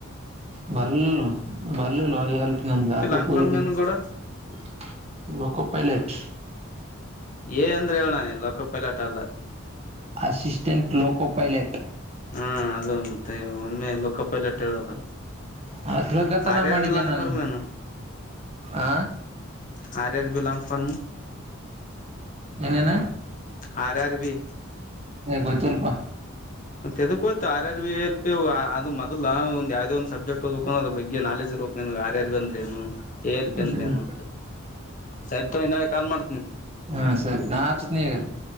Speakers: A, on the right; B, on the left.
A: ಬರ್ಲಿಲ್ಲ ಬರ್ಲಿಲ್ಲ ಎ ಎಲ್ ಪಿ ನಂದ ಹಾಕಕ
B: ಲಾಂಗ್
A: ಹೋಗಿದ್ದೆ
B: ಫಾರ್ಮ್ ಏನ್
A: <unintelligible>
B: ಗೌಡ
A: ಪೈಲೆಟ್.
B: ಏ ಅಂದ್ರೆ ಹೇಳಣ ಲೋಕ ಪೈಲಾಟ್ ಅಲ್ಲ
A: ಅಸಿಸ್ಟೆಂಟ್ ಲೋಕೋ ಪೈಲಟ್
B: ಹಾ ಅದು ಮತ್ತೆ ಒಮ್ಮೆ ಲೋಕ್ಕ ಪೈಲೆಟ್ ಹೇಳದಲ್ಲ
A: ಅ ತಿಳಕತನ
B: ಹಾರ್ ಆರ್
A: ಮಾಡಿದ್ದೆ
B: ಬಿ ಲಾಂಗ್
A: ನಾನು
B: ಫಾರಮ್ ಏನು
A: ಆ
B: R R B long form
A: ಏನ್ ಏನ್ ನ
B: ಹಾರ್ ಹಾರ್ ಬಿ
A: ಏ ಗೊತ್ತಿಲ್ಪಾ
B: ಮತ್ತೆದುಕೊದ್ತಿ R R V L P ಅ ಮೊದಲ ಒಂದ ಯಾವ್ದೇ ಒಂದ್ ಸಬ್ಜೆಕ್ಟ್ ಓದ್ಬೇಕ ಅಂದ್ರೆ ಅದ್ರ ಬಗ್ಗೆ ನಾಲಜ್ <unintelligible> ನಿನಿಗ್ ಆರ್ ಆರ್ ಬಿ ಅಂದ್ರೆ ಏನು ಎ ಎಲ್ ಪಿ ಅಂದ್ರ
A: ಹ್ಮ್
B: ಏನು ಅಂತ ಸರಿತಗ ಇನ್ನೊಮ್ಮೆ ಕಾಲ್ ಮಾಡ್ತನಿ
A: ಹಾ ಸರಿ ನಾ ಹಚ್ತೀನಿ ಈಗ
B: ಹ್ಮ